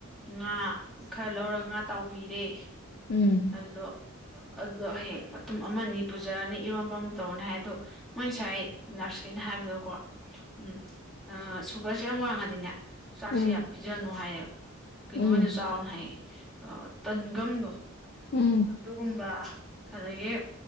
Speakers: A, in the centre; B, on the left.
A: ꯉꯥ ꯈꯔ ꯂꯧꯔꯒ ꯉꯥ ꯇꯥꯎꯕꯤꯔꯦ
B: ꯎꯝ
A: ꯑꯗꯨꯗꯣ ꯑꯗꯨꯗꯣ ꯍꯌꯦꯡ ꯃꯇꯨꯝ ꯑꯃꯅꯤ ꯄꯨꯖꯔꯅꯤ ꯏꯔꯣꯝꯕ ꯑꯃ ꯇꯧꯅꯤ ꯍꯥꯏ ꯑꯗꯣ ꯃꯣꯏ ꯉꯁꯥꯏ ꯅꯔꯁꯈꯩꯅ ꯍꯥꯏꯕꯗꯣꯀꯣ ꯎꯝ ꯑꯥ ꯁꯨꯒꯔꯁꯦ ꯌꯥꯝ ꯋꯥꯡꯉꯗꯤꯅꯦ ꯆꯥꯛꯁꯦ
B: ꯎꯝ
A: ꯌꯥꯝ ꯄꯤꯖꯅꯨ ꯍꯥꯏꯌꯦ ꯀꯩꯅꯣ
B: ꯎꯝ
A: ꯑꯣꯏꯅ ꯆꯥꯎꯅ ꯍꯥꯏꯌꯦ ꯑ ꯇꯟꯒꯪꯗꯣ
B: ꯎꯝ
A: ꯑꯗꯨꯒꯨꯝꯕ ꯑꯗꯒꯤ